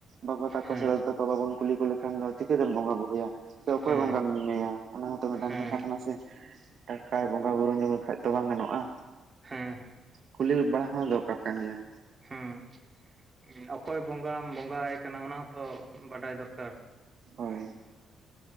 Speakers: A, on the right (about 60°); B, on the right (about 30°).
A: ᱵᱟᱵᱟ ᱛᱟᱠᱚ
B: ᱦᱮᱸ
A: ᱥᱮ ᱵᱟᱵᱚᱱ ᱠᱩᱞᱤ ᱠᱚ ᱞᱮᱠᱷᱟᱱ ᱫᱚ ᱪᱤᱠᱟᱹᱛᱮᱢ ᱵᱚᱸᱜᱟ ᱵᱩᱨᱩᱭᱟ? ᱥᱮ ᱚᱠᱚᱭ
B: ᱦᱮᱸ
A: ᱵᱚᱸᱜᱟᱢ ᱧᱩᱢᱮᱭᱟ ᱚᱱᱟ ᱦᱚᱸᱛᱚ ᱢᱤᱫᱴᱟᱝ
B: ᱦᱮᱸ ᱦᱮᱸ
A: ᱠᱟᱛᱷᱟ ᱠᱟᱱᱟ ᱥᱮ᱾ ᱴᱟᱠᱟᱭ ᱵᱚᱸᱜᱟ ᱵᱩᱨᱩ ᱧᱩᱢ ᱞᱮᱠᱷᱟᱱ ᱛᱚ ᱵᱟᱝ ᱜᱟᱱᱚᱜᱼᱟ᱾
B: ᱦᱮᱸ ᱦᱮᱸ,
A: ᱠᱩᱞᱤ ᱵᱟᱲᱟ ᱦᱚᱸ ᱫᱚᱨᱠᱟᱨ ᱠᱟᱱ ᱜᱮᱭᱟ᱾
B: ᱦᱩᱸ, ᱚᱠᱚᱭ ᱵᱚᱸᱜᱟᱢ ᱵᱚᱸᱜᱟᱭ ᱠᱟᱱᱟ ᱚᱱᱟ ᱦᱚᱸᱛᱚ ᱵᱟᱰᱟᱭ ᱫᱚᱨᱠᱟᱨ᱾
A: ᱦᱳᱭ